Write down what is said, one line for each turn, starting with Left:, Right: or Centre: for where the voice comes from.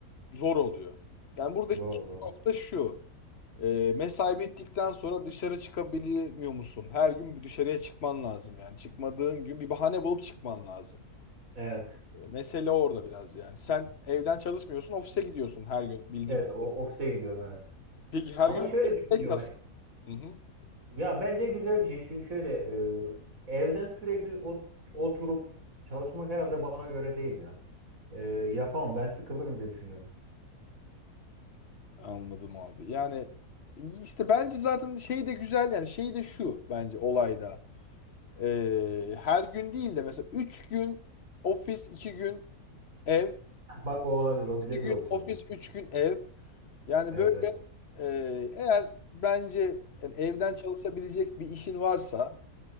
Left: zor oluyor. Yani buradaki
Right: Doğru doğru.
Left: nokta şu. Ee, mesai bittikten sonra dışarı çıkabiliyor musun? Her gün bir dışarıya çıkman lazım yani. Çıkmadığın gün bir bahane bulup çıkman lazım.
Right: Evet.
Left: Ee, Mesele orada biraz yani. Sen evden çalışmıyorsun, ofise gidiyorsun her gün bildiğim
Right: Evet o ofise gidiyorum evet.
Left: Peki her
Right: Ama
Left: gün
Right: şöyle düşünüyorum.
Left: tek nasıl? Hı hı.
Right: Ya bence güzel bir şey. Çünkü şöyle e, evden sürekli ot- oturup çalışmak herhalde bana göre değil ya. E, yapamam ben sıkılırım diye düşünüyorum.
Left: Anladım abi. Yani işte bence zaten şey de güzel yani şey de şu bence olayda. Ee, her gün değil de mesela 3 gün ofis 2 gün ev
Right: Bak o olabilir. O güzel
Left: 2
Right: bir opsiyon
Left: gün ofis
Right: olur.
Left: 3 gün ev. Yani
Right: Evet
Left: böyle
Right: evet.
Left: e, eğer bence yani evden çalışabilecek bir işin varsa